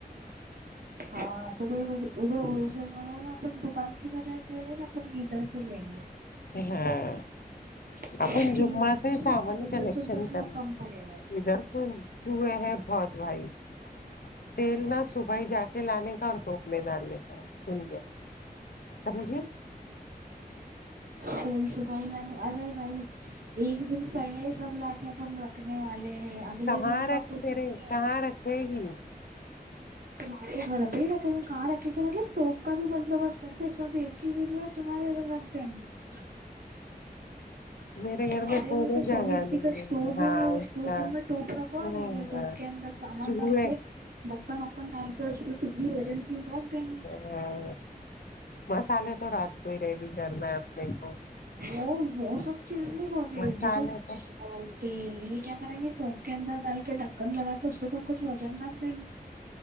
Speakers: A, on the right; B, on the left.
A: ہاں تو بھائی وه ادھر ہول سیل نا اپان دکان کی بجہ د لے نا اپان ادھر سے لیں گے
B: ہاں
A: اپنے
B: اپن
A: کلو
B: جمعہ
A: کے پیچھے
B: سے ہی
A: نا
B: سمان
A: اپنا دس
B: کلیکشن
A: دس روپئے اس میں
B: کر
A: کم پڑے گا
B: ادھر کون چئے ہے بہت بھائی تیل نہ صبحائی جا کے لانے کا اور ٹوپ میں ڈالنے کا سنیے سمجھی
A: تیل سو بھائی م <unintelligible> ارے بھائی ایک دن پہلے ہی سب لا کے اپن رکھنے والے ہیں اگلے
B: کہاں
A: دن کا
B: رکھ
A: کچھ
B: تیرے
A: نہیں
B: کہاں
A: ہے
B: رکھے گی
A: تہارے گھر پہ ہی رکھے کہاں رکھے کے مطلب ٹوپ کا بھی بندوبست کر کے سب ایک ہی دن میں تمہارے ادھر رکھ دینگے
B: میرے گھر
A: ہمارے
B: میں سونے
A: مے تو
B: جگہ
A: سونی
B: نہیں
A: دی کا اسٹور
B: ہاں
A: روم ہے وہ
B: اس
A: اسٹور
B: کا
A: روم میں ٹوپ رکھوا
B: ہاں
A: نہیں نے ٹوپ کے اندر سامان
B: چوہے
A: ڈال کے ڈھکن وکن ڈال کے اس کچھ بھی وزن چیز رکھ دیں گے
B: ہاں مسالے تو رات کو ہی ریڈی کرنا ہے اپنے کو
A: وہ وہ سب چیز نہیں بول رہی
B: مسالے
A: ہوں جیسے
B: تو
A: چاول تویہ کیا کریں گے ٹوپ کے اندر ڈال کے ڈھکن لگا کے اس کے او کچھ وزن رکھ